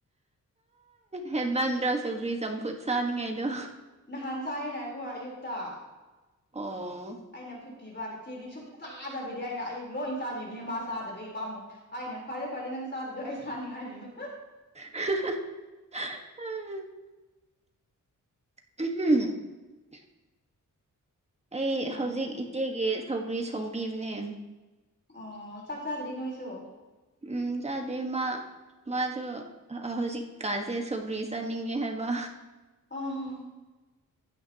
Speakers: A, on the right; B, on the left.
A: ꯍꯦꯟꯃꯟꯗ꯭ꯔꯣ ꯁꯧꯒ꯭ꯔꯤ ꯆꯝꯐꯨꯠ ꯆꯥꯅꯤꯡꯉꯥꯏꯗꯣ
B: ꯅꯍꯥꯟ ꯆꯥꯏꯔꯤꯅꯦ ꯑꯩꯈꯣꯏ ꯑꯌꯨꯛꯇꯥ
A: ꯑꯣ
B: ꯑꯩꯅ ꯐꯨꯠꯄꯤꯕ ꯏꯆꯦꯗꯤ ꯁꯨꯡꯛꯆꯥ ꯆꯥꯕꯤꯗꯦ ꯑꯩꯅ ꯑꯌꯨꯛ ꯂꯣꯏ ꯆꯥꯕꯤꯕꯅꯦ ꯃꯥ ꯆꯥꯗꯕꯒꯤ ꯄꯥꯥꯝꯃꯨꯏ ꯑꯩꯅ ꯐꯔꯦ ꯐꯔꯦ ꯅꯪ ꯆꯥꯗꯔꯗꯣ ꯑꯩ ꯆꯥꯅꯤꯡꯉꯥꯏꯒꯤꯅ
A: ꯎꯝ <unintelligible> ꯑꯩ
B: ꯌꯥꯝ
A: ꯍꯧꯖꯤꯛ
B: ꯅꯣꯛꯅꯤꯡꯉꯤ
A: ꯏꯆꯦꯒꯤ ꯁꯧꯒ꯭ꯔꯤ ꯁꯣꯡꯕꯤꯕꯅꯦ
B: ꯑꯣ ꯆꯥꯛ ꯆꯥꯗ꯭ꯔꯤ ꯅꯣꯏꯁꯨ
A: ꯎꯝ ꯆꯥꯗꯔꯤ ꯃꯥ ꯃꯥꯁꯨ ꯍꯧꯖꯤꯛꯀꯥꯟꯁꯦ ꯁꯧꯒ꯭ꯔꯤꯁ ꯆꯥꯅꯤꯡꯉꯦ ꯍꯥꯏꯕ
B: ꯑꯣ